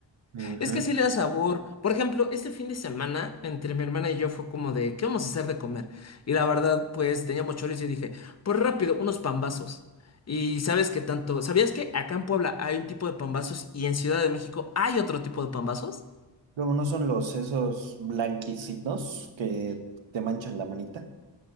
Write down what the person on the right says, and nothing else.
Ujú.
Luego no son los esos blanquicitos que te manchan la manita.